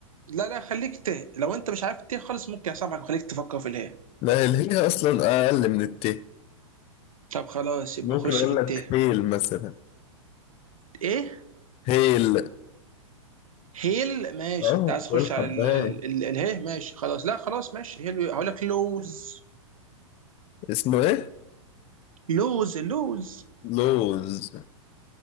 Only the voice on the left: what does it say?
لا الهاء اصلا اقل من الت
ممكن
اقول
لك هيل مثلا
هيل
اه
بقول
حباية
اسمه ايه
لوز